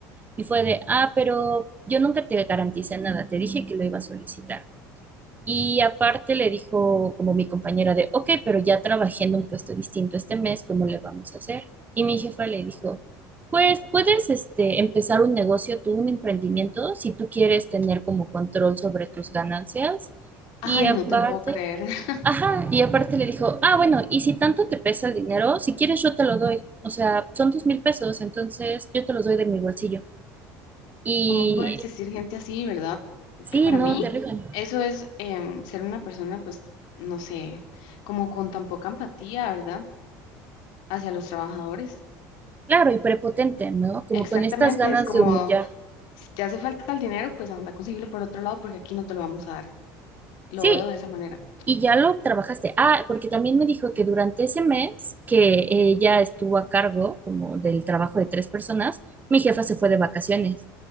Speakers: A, on the right; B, on the left.
A: Y fue de, ah, pero yo nunca te garanticé nada, te dije que lo iba a solicitar. Y aparte le dijo como mi compañera de, ok, pero ya trabajé en un puesto distinto este mes, ¿cómo le vamos a hacer? Y mi jefa le dijo, pues puedes este, empezar un negocio, tú un emprendimiento, si tú quieres tener como control sobre tus ganancias.
B: Ay,
A: Y aparte,
B: no te puedo creer. <laughs>
A: ajá, y aparte le dijo, ah, bueno, y si tanto te pesa el dinero, si quieres yo te lo doy. O sea, son dos mil pesos, entonces yo te los doy de mi bolsillo. Y
B: ¿Cómo puede existir gente así, verdad?
A: sí,
B: Que para
A: no,
B: mí,
A: terrible.
B: eso es em, ser una persona, pues, no sé, como con tan poca empatía, ¿verdad? Hacia los trabajadores.
A: Claro, y prepotente, ¿no? Como
B: Exactamente,
A: con estas ganas
B: es como,
A: de humillar.
B: si te hace falta el dinero, pues anda a conseguirlo por otro lado porque aquí no te lo vamos a dar. Lo
A: Sí,
B: veo de esa manera.
A: y ya lo trabajaste. Ah, porque también me dijo que durante ese mes que ella estuvo a cargo como del trabajo de tres personas, mi jefa se fue de vacaciones.